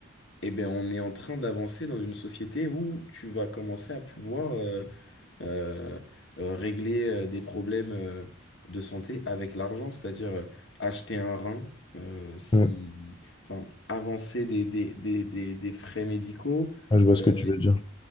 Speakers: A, on the left (about 65°); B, on the left (about 25°).
A: Eh ben, on est en train d'avancer dans une société où tu vas commencer à pouvoir euh, euh, euh, régler euh, des problèmes euh, de santé avec l'argent, c'est-à-dire euh, acheter un rein, euh, si,
B: Mm.
A: enfin, avancer des, des, des, des, des frais médicaux.
B: Ah, je vois ce
A: euh,
B: que tu veux dire.